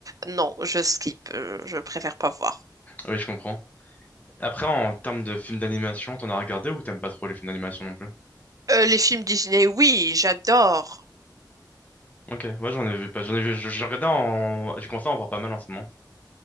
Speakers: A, on the right (about 50°); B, on the left (about 20°).
A: Non, je skip. Euh, Je préfère pas voir.
B: Oui, je comprends. Après, en termes de films d'animation, t'en as regardé ou t'aimes pas trop les films d'animation non plus?
A: Euh, les films Disney, oui, j'adore.
B: Ok, ouais, j'en ai vu pas. J'en ai vu. je- J'ai regardé en. J'ai commencé à en voir pas mal en ce moment.